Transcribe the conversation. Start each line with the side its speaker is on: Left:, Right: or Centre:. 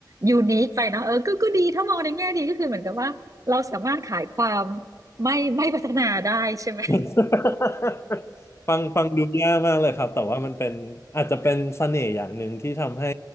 Right: ยูนิคไปเนอะเออก็ก็ดีถ้ามองในแง่ดีก็คือเหมือนกับว่าเราสามารถขายความไม่ไม่พัฒนาได้ใช่ไหม
Left: <laughs> ฟังฟังดูแยากมากเลยครับแต่ว่ามันเป็นอาจจะเป็นเสน่ห์อย่างหนึ่งที่ทำให้